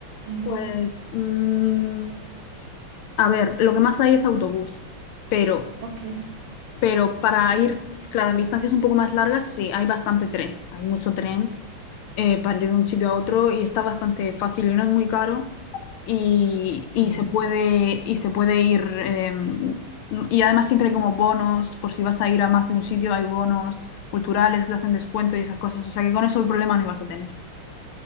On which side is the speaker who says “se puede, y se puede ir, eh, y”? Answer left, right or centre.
Left